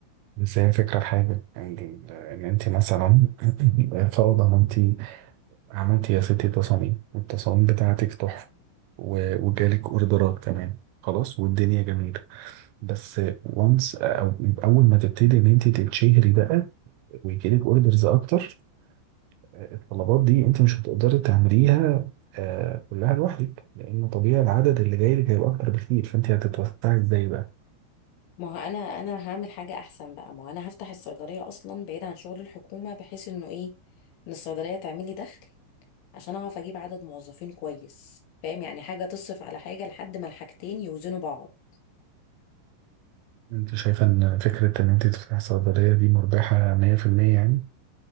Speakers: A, on the right; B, on the left.
A: بس هي فكرة في حاجة إن إن أنت مثلا <clears throat> <laughs> فرضا إن أنت عملتي يا ستي تصاميم والتصاميم بتاعتك تحفة و- وجالك أوردرات كمان خلاص والدنيا جميلة بس وانس أو أول ما تبتدي إن أنت تتشهري بقى ويجيلك أوردرز أكتر الطلبات دي أنت مش هتقدري تعمليها آه، كلها لوحدك لأن طبيعي العدد اللي جاي لك هيبقى أكتر بكتير فأنت هتتوسعي إزاي بقى؟
B: ما هو انا انا هعمل حاجه احسن بقى ما هو انا هفتح الصيدليه اصلا بعيد عن شغل الحكومه بحيث انه ايه ان الصيدليه تعمل لي دخل عشان اعرف اجيب عدد موظفين كويس فاهم يعني حاجه تصرف على حاجه لحد ما الحاجتين يوزنوا بعض
A: انت شايفة ان فكرة ان انت تفتحي صيدلية دي مربحة 100% يعني